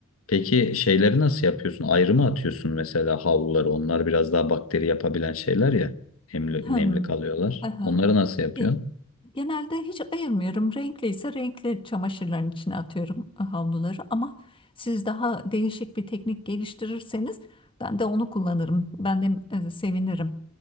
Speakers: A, on the left; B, on the left.
A: Peki şeyleri nasıl yapıyorsun? Ayrı mı atıyorsun mesela havluları? Onlar biraz daha bakteri yapabilen şeyler ya. Nemli,
B: Hmm,
A: nemli kalıyorlar.
B: aha.
A: Onları nasıl yapıyorsun?
B: Ge- Genelde hiç ayırmıyorum. Renkli ise renkli çamaşırların içine atıyorum havluları ama siz daha değişik bir teknik geliştirirseniz ben de onu kullanırım. Ben de e, sevinirim.